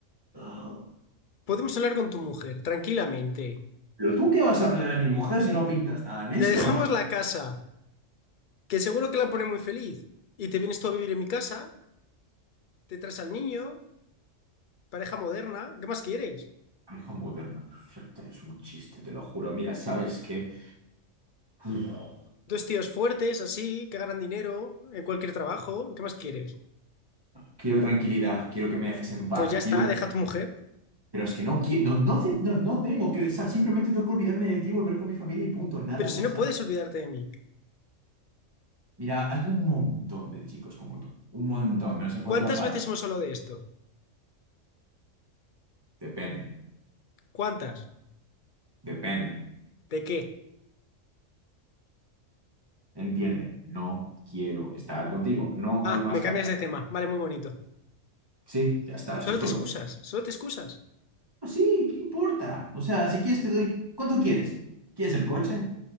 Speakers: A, on the right (about 20°); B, on the left (about 50°).
A: Ah,
B: Podemos hablar con tu mujer, tranquilamente.
A: Pero tú qué vas a hablar de mi mujer si no pintas nada en esto.
B: Le dejamos la casa, que seguro que la pone muy feliz. Y te vienes tú a vivir en mi casa, te traes al niño, pareja moderna, ¿qué más quieres?
A: <laughs> Hijo moderno, es un chiste, te lo juro. Mira, ¿sabes qué? Uf,
B: Dos tíos fuertes, así, que ganan dinero en cualquier trabajo, ¿qué más quieres?
A: Quiero tranquilidad, quiero que me dejes en paz,
B: Pues ya está,
A: quiero...
B: deja a tu mujer.
A: Pero es que no quiero, no, no, te- no, no tengo que, o sea, simplemente tengo que olvidarme de ti, volver con mi familia y punto, nada
B: Pero
A: ha
B: si
A: pasado.
B: no puedes olvidarte de mí.
A: Mira, hay un montón de chicos como tú, un montón, me los encuentro
B: ¿Cuántas
A: aparte.
B: veces hemos hablado de esto?
A: Depende,
B: ¿Cuántas?
A: depende,
B: ¿De qué?
A: entiende, no quiero estar contigo, no
B: Ah,
A: hay más...
B: me
A: capa-
B: cambias de tema. Vale, muy bonito.
A: Sí, ya está,
B: Solo
A: eso es
B: te
A: todo.
B: excusas, solo te excusas.
A: Pues sí, ¿qué importa? O sea, si quieres te doy... ¿Cuánto quieres? ¿Quieres el coche?